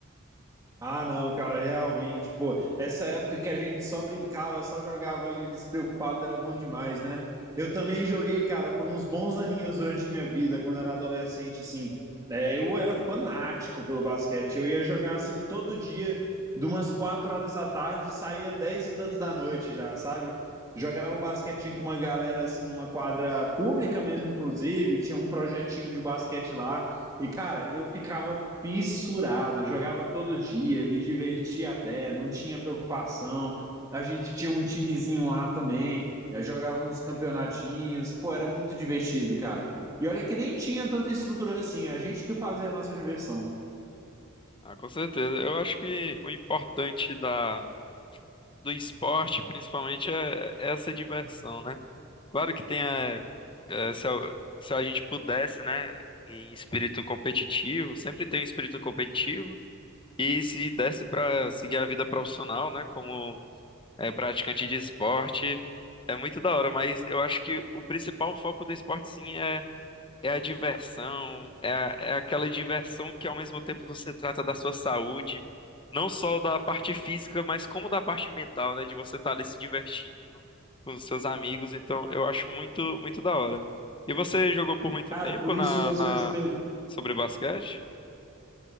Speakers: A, on the right (about 15°); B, on the left (about 25°).
A: Ah, não, cara, realmente, pô, essa época que a gente só brincava, só jogava ali despreocupado, era bom demais, né? Eu também joguei, cara, por uns bons aninhos durante minha vida, quando era adolescente, assim. É, eu era fanático pelo basquete, eu ia jogar, assim, todo dia, de umas quatro horas da tarde, saía dez e tanto da noite já, sabe? Jogava basquetinho com uma galera, assim, numa quadra pública mesmo, inclusive, tinha um projetinho de basquete lá. E, cara, eu ficava fissurado, eu jogava todo dia, me divertia até, não tinha preocupação. A gente tinha um timezinho lá também, já jogava uns campeonatinhos, pô, era muito divertido, cara. E olha que nem tinha tanta estrutura assim, a gente que fazia a nossa diversão.
B: Ah, com certeza. Eu acho que o importante da, do esporte, principalmente, é, é essa diversão, né? Claro que tem a, é, se, a, se a gente pudesse, né, em espírito competitivo, sempre tem um espírito competitivo, e se desse para seguir a vida profissional, né, como é, praticante de esporte, é muito da hora, mas eu acho que o principal foco do esporte, sim, é É a diversão, é, a- é aquela diversão que ao mesmo tempo você trata da sua saúde, não só da parte física, mas como da parte mental, né? De você estar ali se divertindo com os seus amigos. Então, eu acho muito, muito da hora. E você jogou por muito
A: Cara,
B: tempo
A: por isso
B: na,
A: mesmo
B: na...
A: que eu te perguntei.
B: sobre basquete?